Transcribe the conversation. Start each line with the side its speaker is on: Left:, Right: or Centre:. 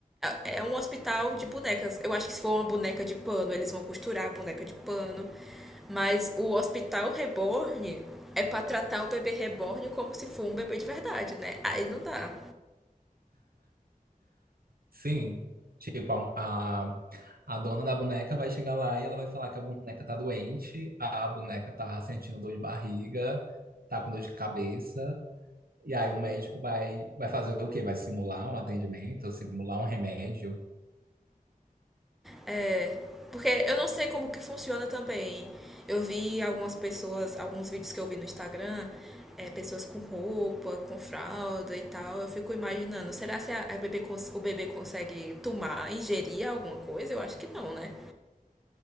Centre: É, é um hospital de bonecas. Eu acho que se for uma boneca de pano, eles vão costurar a boneca de pano. Mas o hospital reborn é pra tratar o bebê reborn como se for um bebê de verdade, né? Aí não dá.
Right: Sim, tipo, a, a, a dona da boneca vai chegar lá e ela vai falar que a boneca tá doente, a boneca tá sentindo dor de barriga, tá com dor de cabeça, e aí o médico vai, vai fazer o quê? Vai simular um atendimento, simular um remédio.
Centre: É, porque eu não sei como que funciona também. Eu vi algumas pessoas, alguns vídeos que eu vi no Instagram, é, pessoas com roupa, com fralda e tal. Eu fico imaginando, será se a, a bebê cons- o bebê consegue tomar, ingerir alguma coisa? Eu acho que não, né?